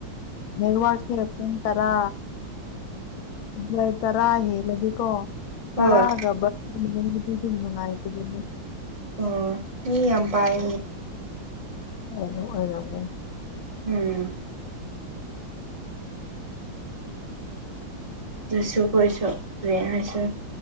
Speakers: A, on the left; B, on the right.
A: ꯅꯦꯔꯋꯥꯔꯁꯦ ꯄꯨꯡ ꯇꯔꯥ ꯑꯗꯨꯏ ꯇꯔꯥ ꯍ ꯂꯝꯗꯤꯀꯣ
B: ꯍꯣꯏ
A: ꯇꯔꯥꯒ ꯕꯒꯤꯗꯤ ꯑꯗꯨꯝ ꯅꯨꯡꯉꯥꯏꯇꯕꯅꯦ
B: ꯑꯣ ꯃꯤ ꯌꯥꯝ ꯄꯥꯏ
A: ꯑꯗꯨ ꯑꯣꯏꯔꯝ
B: ꯎꯝ ꯑꯗꯨꯁꯨ ꯀꯣꯏꯁꯨ ꯔꯦꯡ ꯍꯥꯏꯁꯨ